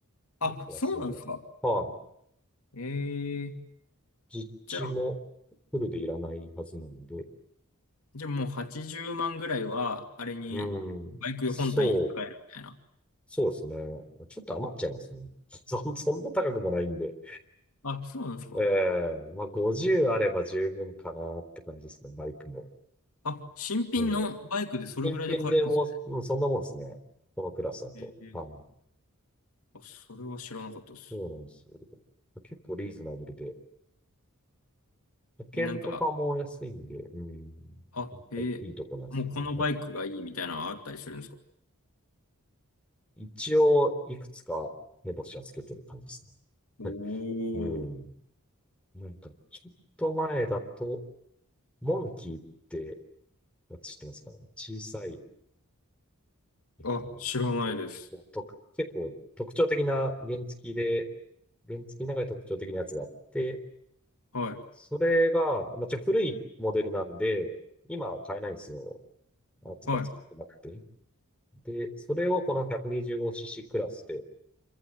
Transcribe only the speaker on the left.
あ、
そうなんですか。
えー、
じゃあじゃあもう80万ぐらいは、あれに、
バイク本体に使えるみたいな。
あ、そうなんですか。
あ、新品のバイクでそれぐらいで買えるんですね。
ええ
あ、それは知らなかったです。
え、なんか、
あ、
ええもうこのバイクがいいみたいなのあったりするんですか
おお
ー、あ、知らないです。
はい。
は